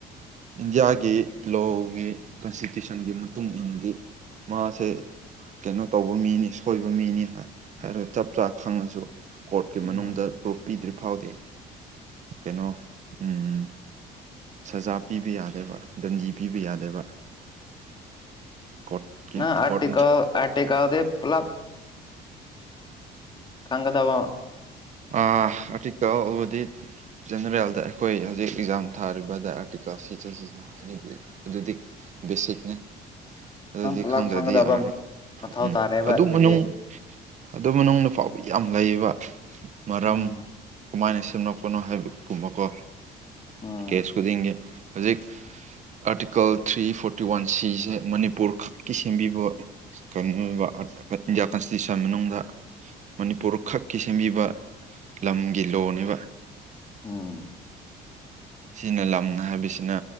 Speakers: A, on the right; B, on the left.
A: ꯏꯟꯗꯤꯌꯥꯒꯤ ꯂꯣꯒꯤ ꯀꯟꯁꯇꯤꯇ꯭ꯌꯨꯁꯟꯒꯤ ꯃꯇꯨꯡ ꯏꯟꯅꯗꯤ ꯃꯥꯁꯦ ꯀꯩꯅꯣ ꯇꯧꯕ ꯃꯤꯅꯤ ꯁꯣꯏꯕ ꯃꯤꯅꯤ ꯍꯥꯏꯔꯒ ꯆꯞ ꯆꯥ ꯈꯪꯉꯁꯨ ꯀꯣꯔꯠꯀꯤ
B: ꯎꯝ
A: ꯃꯅꯨꯡꯗ ꯄ꯭ꯔꯨꯐ ꯄꯤꯗ꯭ꯔꯤ ꯐꯥꯎꯗꯤ ꯀꯩꯅꯣ ꯎꯝ ꯁꯖꯥ ꯄꯤꯕ ꯌꯥꯗꯦꯕ ꯗꯟꯗꯤ ꯄꯤꯕ ꯌꯥꯗꯦꯕ ꯀꯣꯔꯠꯀꯤ
B: ꯅ ꯑꯔꯇꯀ
A: ꯀꯣꯔꯠꯅ
B: ꯇꯦꯛꯀꯥꯗ ꯄꯂ ꯀꯪꯒꯗꯕ
A: ꯑ ꯑ ꯆ ꯍꯥꯏꯗꯤ ꯖꯦꯅꯔꯦꯜꯗ ꯑꯩꯈꯣꯏ ꯍꯧꯖꯤꯛ ꯑꯦꯛꯖꯥꯝ ꯊꯥꯔꯤꯕꯗ ꯑꯥꯔꯇꯤꯀꯜ ꯁꯤꯁ ꯍꯥꯏꯗꯤꯗꯤ ꯑꯗꯨꯗꯤ ꯁꯤꯠꯅꯦ ꯑꯗꯨꯗꯤ
B: ꯅꯪ ꯄꯨꯂꯞ
A: ꯈꯪꯗ꯭ꯔꯗꯤ
B: ꯈꯪꯒꯗꯕ
A: ꯌꯥꯔꯔꯣꯏ
B: ꯃꯊꯧ
A: ꯎꯝ
B: ꯇꯥꯔꯦꯕ
A: ꯑꯗꯨ
B: ꯑꯗꯨꯗꯤ
A: ꯃꯅꯨꯡ ꯑꯗꯨ ꯃꯅꯨꯡꯗꯅ ꯐꯥꯎꯕ ꯌꯥꯝ ꯂꯩꯌꯦꯕ ꯃꯔꯝ
B: ꯎꯝ
A: ꯀꯃꯥꯏꯅ ꯁꯦꯝꯂꯛꯄꯅꯣ ꯍꯥꯏꯕꯒꯨꯝꯕꯀꯣ
B: ꯎꯝ
A: ꯀꯦꯁ ꯈꯨꯗꯤꯡꯒꯤ ꯍꯧꯖꯤꯛ ꯑꯥꯔꯇꯤꯀꯜ ꯊ꯭ꯔꯤ ꯐꯣꯔꯇꯤ ꯋꯥꯟ ꯁꯤꯁꯦ ꯃꯅꯤꯄꯨꯔ ꯈꯛꯀꯤ ꯁꯦꯝꯕꯤꯕ ꯀꯩꯅꯣꯕ ꯏꯟꯗꯤꯌꯥ ꯀꯟꯁꯇꯤꯇ꯭ꯌꯨꯁꯟ ꯃꯅꯨꯡꯗ ꯃꯅꯤꯄꯨꯔ ꯈꯛꯀꯤ ꯁꯦꯝꯕꯤꯕ ꯂꯝꯒꯤ ꯂꯣꯅꯦꯕ
B: ꯑꯝ
A: ꯁꯤꯅ ꯂꯝ ꯍꯥꯏꯕꯁꯤꯅ